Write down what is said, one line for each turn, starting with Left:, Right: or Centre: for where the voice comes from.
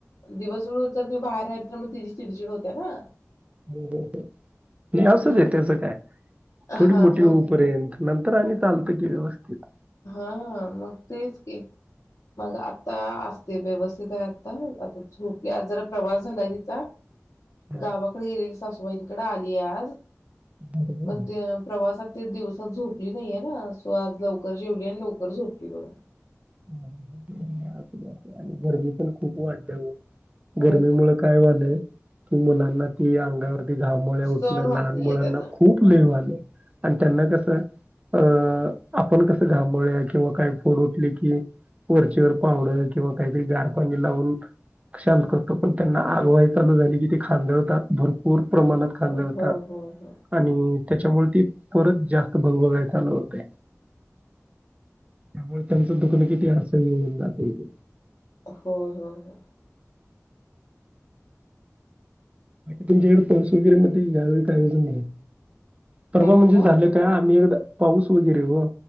Left: दिवसभर जर मी बाहेर राहिले. अन म तिची चिडचिड होते ना.
Right: हो असुदे
Left: मग
Right: त्याज काय थोडी
Left: हा
Right: मोठी
Left: मग
Right: होईपर्यंत नंतर आणि चालतं की व्यवस्थीत
Left: हा हा मग तेच की मग आत्ता असते व्यवस्थित आहे आता आता झोपले आज जरा प्रवास झालाय तिचा
Right: हा,
Left: गावाकडे गेलेली सासू- वैनीकड आलीय आज
Right: बरोबर.
Left: मध्य प्रवासात ती दिवसात झोपली नाहीये ना सो आज लवक लवकर जेवली आणि लवकर झोपली बघा.
Right: <unintelligible> गरमी पण खूप वाढली ओ
Left: खूप
Right: गर्मी मूळ काय व्हालय? मुलांना ती अंग म ते घामोळ्या
Left: सहन
Right: उटण
Left: होत
Right: लहान
Left: नाहीये
Right: मुलांना
Left: त्यांना.
Right: खूप लव वालय आणि त्यांना कस अ अ अ आपण कस घामोळ्या किंवा काय फोड उठले की एक वरचीवर पावडर किंवा काहीतरी गार पाणी लावून शांत करतो पण त्यांना आग व्हाया चालू झाली की ते खांजळतात भरपूर प्रमाणात खाल्ला
Left: हो
Right: होता
Left: हो हो हो.
Right: आणि त्याच्यामुळे ते परत जास्त भग भग ऐकायला होतय त्यामुळे त्यांचं दुख- कोणी किती हसू गिळून दाखवतो.
Left: हो हो हो
Right: तुमच्या कडे पैसे वैगेरे नव्हते, ह्यावेळी काय जमलं नाहीये. परवा
Left: काय म्हटला?
Right: म्हणजे झालं काय आम्ही एकदा पाऊस वगैरे ओ